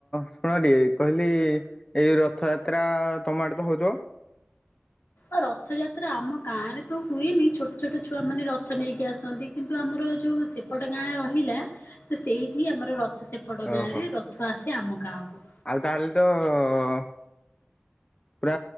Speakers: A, on the left; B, on the left.
A: ଶୁଣ ଟି କହିଲି ଏଇ ରଥଯାତ୍ରା ତମ ଆଡେ ତ ହଉଥିବ?
B: ଓ ରଥଯାତ୍ରା ଆମ ଗାଁ ରେ ତ ହୁଏନି ଛୋଟ ଛୋଟ ଛୁଆମାନେ ରଥ ନେଇକି ଆସନ୍ତି କିନ୍ତୁ ଆମର ଯୋଉ ସେ ସେପଟ ଗାଁରେ ରହିଲା ତ ସେଇଠି ଆମର ରଥ ସେପଟ ଗାଁରେ
A: ଓହୋ
B: ରଥ ଆସେ ଆମ ଗାଁକୁ।
A: ଆଉ ତାହେଲେ ତ ଅ-ଅ-ଅ ପୁରା